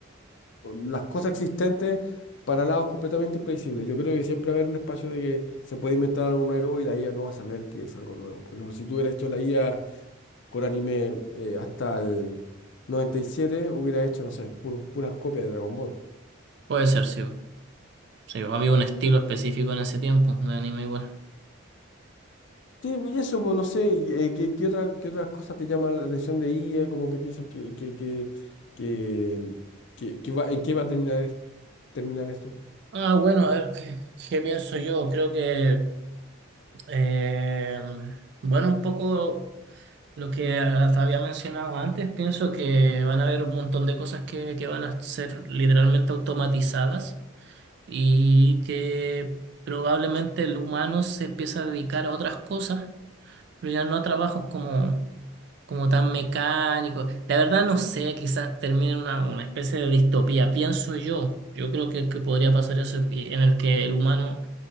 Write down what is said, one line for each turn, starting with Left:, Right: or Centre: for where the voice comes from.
Left: las cosas existentes para lados completamente imprevisibles. Yo creo que siempre va a haber un espacio de que se puede inventar algo nuevo y la IA no va a saber que es algo nuevo. Por ejemplo, si tú hubieras hecho la IA con anime eh, hasta el 97, hubiera hecho, no sé, puro- puras copias de Dragon Ball.
Right: Puede ser, sí. Sí, había un estilo específico en ese tiempo de anime igual.
Left: Sí, y eso, pues no sé, y, eh, ¿qué, qué otra, qué otras cosas te llaman la atención de IA? Como que piensas que, que, que, que, mm, que- que va, en qué va a terminar, es- terminar esto?
Right: Ah, bueno, a ver, ¿qué, qué pienso yo? Creo que, eh, bueno, un poco lo que hasta había mencionado antes, pienso que van a haber un montón de cosas que, que van a ser literalmente automatizadas y que probablemente el humano se empieza a dedicar a otras cosas pero ya no a trabajos como, como tan mecánicos. La verdad no sé, quizás termine en una, una especie de distopía, pienso yo. Yo creo que, que podría pasar eso y- en el que el humano